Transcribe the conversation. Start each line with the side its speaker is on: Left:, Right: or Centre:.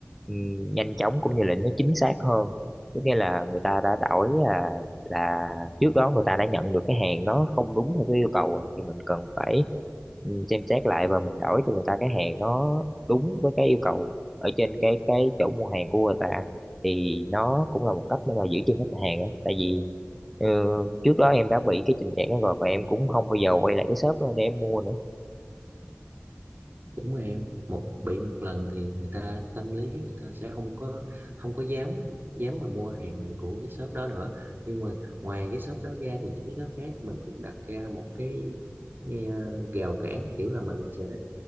Centre: ừm, nhanh chóng cũng như là nó chính xác hơn tức nghĩa là người ta đã đổi là là trước đó người ta đã nhận được cái hàng nó không đúng theo cái yêu cầu rồi thì mình cần phải ừm, xem xét lại và mình đổi cho người ta cái hàng nó đúng với cái yêu cầu ở trên cái cái chỗ mua hàng của người ta thì nó cũng là một cách để mà giữ chân khách hàng á tại vì ờ, trước đó em đã bị cái tình trạng đó rồi và em cũng không bao giờ quay lại cái shop đó để em mua nữa
Right: đúng rồi em một bị một lần thì người ta tâm lý người ta sẽ không có không có dám dám mà mua hàng của cái shop đó nữa nhưng mà ngoài cái shop đó ra thì những cái shop khác mình cũng đặt ra một cái, cái ờ, rào cản kiểu là mình sẽ